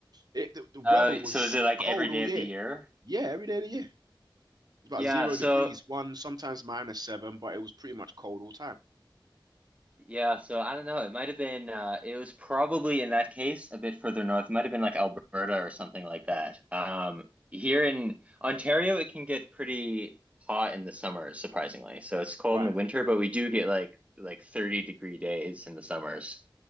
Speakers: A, on the right; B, on the right.
A: it the, the weather
B: Uh,
A: was
B: so is it like
A: cold
B: every
A: all
B: day
A: year.
B: of the year?
A: Yeah, every day of the year. It's about
B: Yeah,
A: zero
B: so.
A: degrees, one sometimes minus seven, but it was pretty much cold all time.
B: Yeah, so I don't know. It might have been uh it was probably in that case a bit further north. It might have been like Alberta or something like that. Um here in Ontario it can get pretty hot in the summer, surprisingly. So it's cold
A: Right.
B: in the winter, but we do get like like 30 degree days in the summers